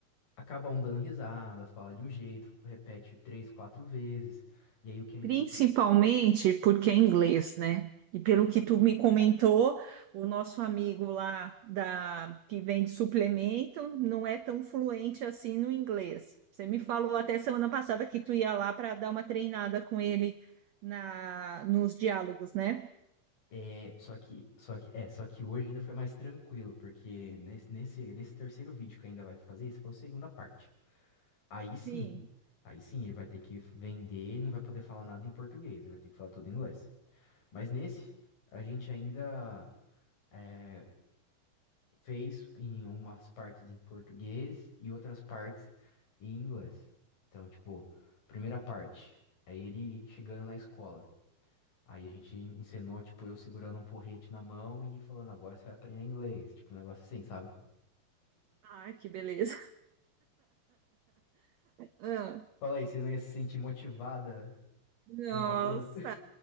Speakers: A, on the left (about 65°); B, on the right (about 75°).
A: acaba um dando risada, fala de um jeito, repete três, quatro vezes. E aí o que a gente
B: Principalmente porque é inglês, né? E pelo que tu me comentou, o nosso amigo lá da que vende suplemento não é tão fluente assim no inglês. Você me falou até semana passada que tu ia lá para dar uma treinada com ele na nos diálogos, né?
A: é, só que, só que, é, só que hoje ainda foi mais tranquilo, porque nesse, nesse, nesse terceiro vídeo que ainda vai fazer, esse foi a segunda parte. Aí sim,
B: Sim.
A: aí sim ele vai ter que vender, e não vai poder falar nada em português, ele vai ter que falar tudo em inglês. Mas nesse, a gente ainda é, fez em umas partes em português e outras partes em inglês. Então, tipo, primeira parte, é ele chegando na escola. Aí a gente ensinou, tipo, eu segurando um porrete na mão e falando, agora você vai aprender inglês. Tipo, um negócio assim, sabe?
B: Ah, que beleza. Ah,
A: Fala aí, você não ia se sentir motivada
B: Nossa,
A: como aluna?